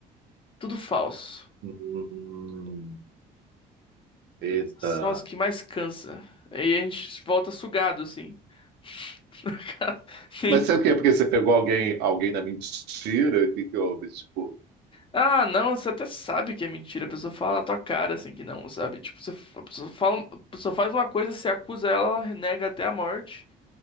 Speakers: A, on the left; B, on the right.
A: Tudo falso.
B: Hum, eita.
A: Essas são as que mais cansa. Aí a gente volta sugado, assim. <laughs> Sim.
B: Mas sabe o que é? Porque você pegou alguém, alguém na mentira? O que que houve? Tipo,
A: Ah, não, você até sabe que é mentira. A pessoa fala na tua cara, assim, que não, sabe? Tipo, você, a pessoa fala, a pessoa faz uma coisa, você acusa ela, ela nega até a morte.